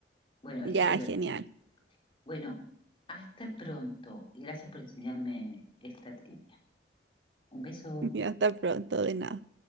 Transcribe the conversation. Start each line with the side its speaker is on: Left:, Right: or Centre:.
Left: Bueno, estuvo
Right: Ya,
Left: divertido.
Right: genial. <laughs>
Left: Bueno, hasta pronto. Gracias por enseñarme esta trivia. Un beso.
Right: Ya, hasta pronto, de nada.